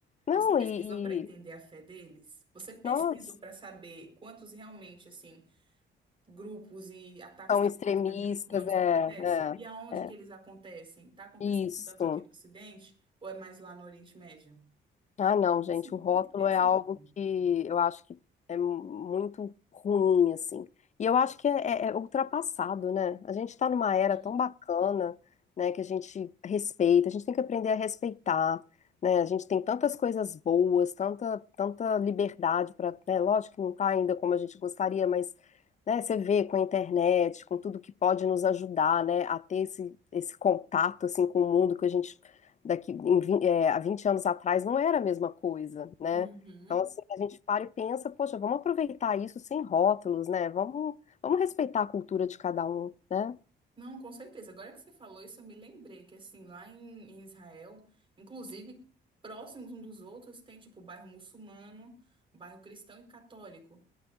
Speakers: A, on the left; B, on the right.
A: Não,
B: Você pesquisou
A: e,
B: pra entender
A: e
B: a fé deles? Você pesquisou
A: nós
B: pra saber quantos realmente, assim. grupos e ataques
A: são
B: terroristas
A: extremistas,
B: de muçulmanos
A: é,
B: acontecem? E aonde
A: é, é.
B: que eles acontecem? Está acontecendo
A: Isso.
B: tanto aqui no Ocidente ou é mais lá no Oriente Médio?
A: Ah, não, gente,
B: Assim,
A: o rótulo
B: tem que ter esse
A: é algo
B: lugar.
A: que eu acho que é muito ruim, assim. E eu acho que é, é- é ultrapassado, né? A gente está numa era
B: Sim.
A: tão bacana, né, que a gente respeita, a gente tem que aprender a respeitar, né? A gente tem tantas coisas boas, tanta, tanta liberdade para, né? Lógico que não tá ainda como a gente gostaria, mas, né, você vê com a internet, com tudo que pode nos ajudar, né, a ter esse, esse contato, assim, com o mundo que a gente daqui em, vin- é, há 20 anos atrás não era a mesma coisa, né?
B: Uhum.
A: Então, assim, a gente para e pensa, poxa, vamos aproveitar isso sem rótulos, né? Vamos, vamos respeitar a cultura de cada um, né?
B: Não, com certeza. Agora que você falou isso, eu me lembrei que, assim, lá em, em Israel, inclusive, próximos um dos outros, tem, tipo, bairro muçulmano, bairro cristão e católico.